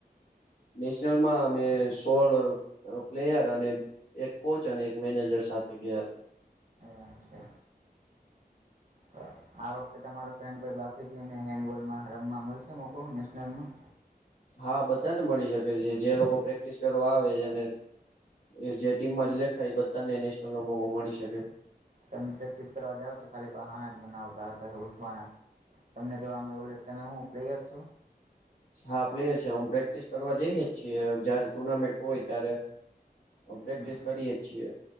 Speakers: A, on the left (about 70°); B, on the right (about 50°).
A: નેશનલ માં અમે સોળ અ પ્લેયર અને એક કોચ અને મેનેજર સાથે ગ્યા હતા.
B: એમ છે તો આ વખતે તમારો ફ્રેન્ડ કોઈ બાકી છેને હેન્ડબોલમાં રમવા મળશે મોકો નેશનલમાં.
A: હા બધાને મળી શકે છે જે લોકો પ્રેક્ટિસ કરવા આવે છેને એ જે ટીમમાં સિલેક્ટ થાય એ બધાને નેશનલ મોકો મળી શકે.
B: તમે પ્રેક્ટિસ કરવા જાવ કે ખાલી બહાના જ બનાવતા હતા કે ઉઠવાના. તમને તો આમે બોલો કે તમે હું પ્લેયર છો.
A: હા, પ્લેયર છે હું પ્રેક્ટિસ કરવા જઈએ છીએ જયારે ટુર્નામેન્ટ હોય ત્યારે પ્રેક્ટિસ
B: હમ
A: કરીએ જ છીએ